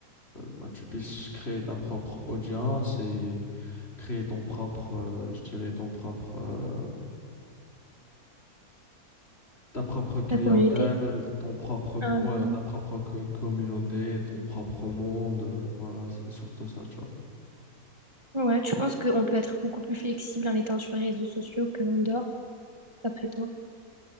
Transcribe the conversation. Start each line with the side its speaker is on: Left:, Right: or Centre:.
Left: ben, tu puisses créer ta propre audience et créer ton propre, euh, je dirais, ton propre, euh, ta propre clientèle,
Right: ta communauté.
Left: ton propre,
Right: Ah
Left: voilà,
Right: oui.
Left: ta propre co- communauté, ton propre monde. euh, Voilà, c'est surtout ça, tu vois.
Right: Ouais, tu penses qu'on peut être beaucoup plus flexible en étant sur les réseaux sociaux qu'en dehors, d'après toi?